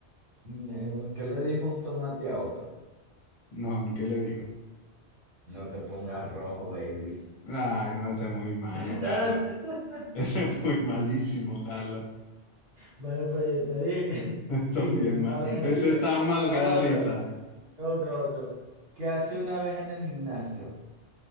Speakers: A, on the right (about 55°); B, on the left (about 45°).
A: Mm, ¿Qué le dijo un tomate a otro?
B: No, no, ¿qué le dijo?
A: No te pongas rojo, baby.
B: Ay, no, ese es muy malo,
A: <laughs>
B: Carlos. <laughs> Ese es muy malísimo, Carlos.
A: Bueno, pero yo te dije que,
B: <laughs> Eso
A: <laughs> que
B: es
A: yo
B: bien
A: soy
B: mal.
A: malo con
B: Ese
A: los chistes.
B: es tan malo
A: Ahora
B: que da risa.
A: otro, otro, otro. ¿Qué hace una vez en el gimnasio?